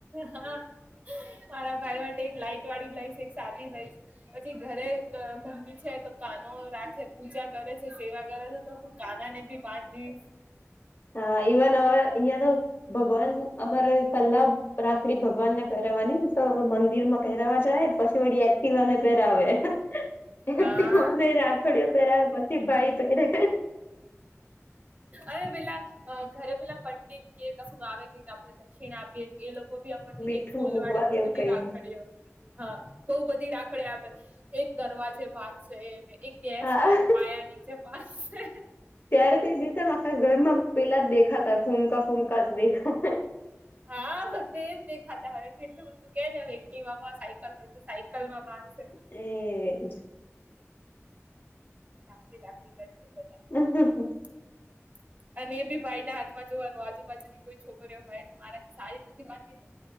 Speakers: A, on the right; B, on the left.
A: હા મારા ભાઈ માટે એક લાઈટ વાળી લઈશ એક સાદી લઈશ પછી ઘરે મમ્મી છે તો કાનો રાખે પૂજા કરે છે સેવા કરે છે તો હું કાના ને ભી બાંધીશ.
B: હા ઇવન હવે અહીંયા તો ભગવાન અમારે પેલા રાખડી ભગવાન ને પહેરવાનીને, તો મંદિરમાં પહેરવા જાય પછી, વળી એક્ટિવાને પેરાવે. એકટિવાને
A: હા
B: રાખડીઓ પહેરાવે પછી ભાઈ પહેરે.
A: અરે પેલા ઘરે પેલા પંડિત કે કશું આવ કે આપે દક્ષિણા આપીએ એ લો આપને
B: મીઠું
A: એક ફૂલ
B: મૂકવા
A: વાળી બધી
B: કેવું કઈ
A: રાખડી હા બહુ બધી રા ખડિ આપે એક દરવાજે બાંધશે, એક ગેસના
B: હા
A: પાયા નીચે બાંધશે.
B: ત્યારે તે દિવસે માખા ઘરમાં પેલા જ દેખાતા ફૂમકા ફૂમકા દેખા
A: હા બધે જ દેખાતા હોય કેટલું બધું કે ને વ્યક્તિ સાયકલ હોય, તો સાયકલમાં બાંધશે
B: એ જ
A: રાખડી રાખડી <unintelligible>
B: <unintelligible>
A: <inaudible> અને એ બી ભાઈના હાથમાં જોવાનું આજુબાજુની કોઈ છોકરીઓ હોઇને મારા સારી નથી બાંધીને,